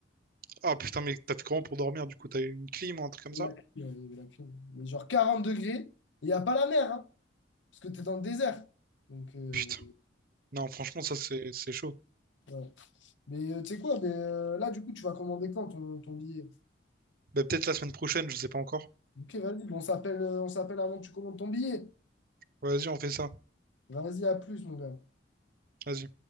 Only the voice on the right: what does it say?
Ah putain, mais t'as fait comment pour dormir? Du coup, t'as eu une clim ou un truc comme ça?
Putain. Non, franchement, ça c'est c'est chaud.
Bah, peut-être la semaine prochaine, je sais pas encore.
Vas-y, on fait ça.
Vas-y.